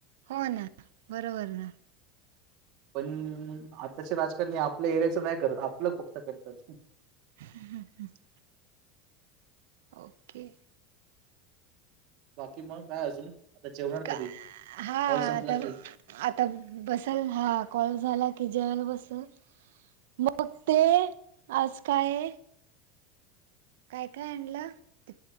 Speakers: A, on the right (about 75°); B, on the right (about 60°).
A: हो ना बरोबर ना.
B: पण आताचे राजकारणी आपल्या एरियाचं नाही करत आपलं फक्त करतात.
A: <inaudible> ओके
B: बाकी मग काय अजून आता जेवणार
A: का
B: कधी
A: हा
B: कॉल संपला
A: आता
B: की.
A: आता बसल हा कॉल झाला की जेवायला बसल. मग ते आज काय. काय काय आणलं